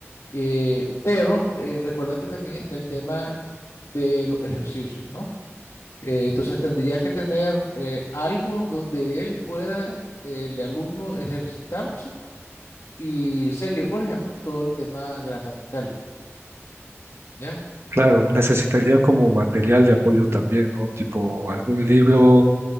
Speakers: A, on the left (about 85°); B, on the right (about 55°).
A: Eh, pero eh, recuerda que también está el tema de los ejercicios, ¿no? Eh, entonces tendría que tener eh, algo donde él pueda, eh, el alumno, ejercitarse y seguir, por ejemplo, todo el tema gramatical, ¿ya?
B: Claro, necesitaría como material de apoyo también, ¿no? Tipo algún libro.